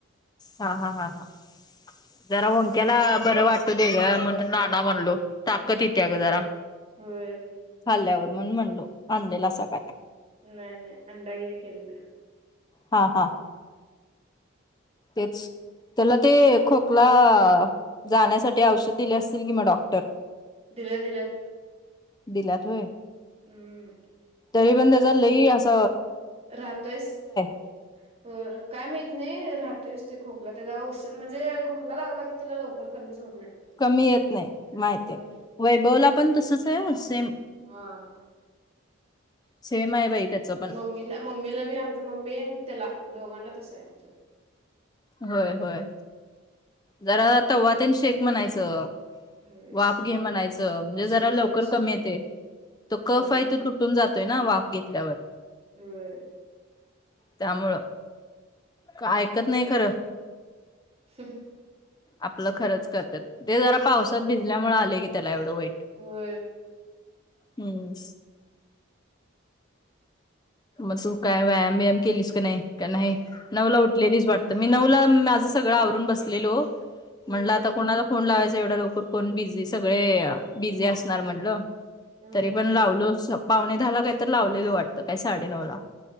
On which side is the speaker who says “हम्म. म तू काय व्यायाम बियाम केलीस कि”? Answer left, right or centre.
Left